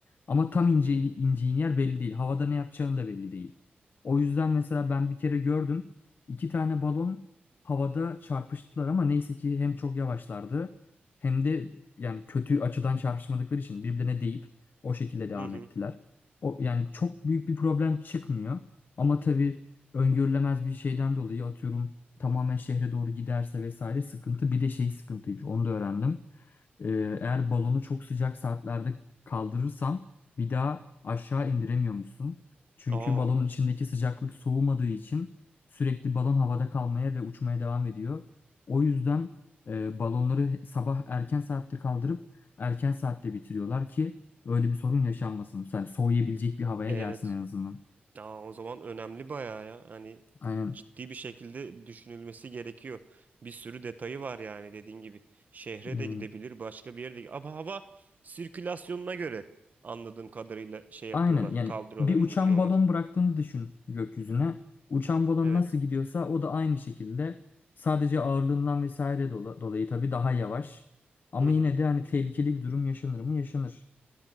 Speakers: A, on the left; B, on the right.
A: Ama tam ince,
B: Hmm.
A: ineceğin yer belli değil. Havada ne yapacağını da belli değil. O yüzden mesela ben bir kere gördüm. İki tane balon havada çarpıştılar ama neyse ki hem çok yavaşlardı hem de yani kötü açıdan çarpışmadıkları için birbirine değip o şekilde devam
B: Hı hı.
A: ettiler. O yani çok büyük bir problem çıkmıyor ama tabii öngörülemez bir şeyden dolayı atıyorum tamamen şehre doğru giderse vesaire sıkıntı. Bir de şey sıkıntıymış onu da öğrendim. Ee, eğer balonu çok sıcak saatlerde kaldırırsan bir daha aşağı indiremiyormuşsun. Çünkü
B: Aa,
A: balonun içindeki sıcaklık soğumadığı için sürekli balon havada kalmaya ve uçmaya devam ediyor. O yüzden e, balonları sabah erken saatte kaldırıp erken saatte bitiriyorlar ki öyle bir sorun yaşanmasın. Yani soğuyabilecek bir havaya
B: evet.
A: gelsin en azından.
B: Aa, o zaman önemli bayağı ya. Hani
A: Aynen.
B: ciddi bir şekilde düşünülmesi gerekiyor. Bir sürü detayı var yani dediğin gibi. Şehre
A: Yani.
B: de gidebilir, başka bir yere de. Ama hava sirkülasyonuna göre anladığım kadarıyla şey yapıyorlar.
A: Aynen yani
B: Kaldırıyorlar,
A: bir
B: indiriyorlar.
A: uçan balon bıraktığını düşün gökyüzüne. Uçan balon
B: Evet.
A: nasıl gidiyorsa o da aynı şekilde sadece ağırlığından vesaire dola- dolayı tabii daha yavaş. Ama
B: Hı hı.
A: yine de hani tehlikeli bir durum yaşanır mı? Yaşanır.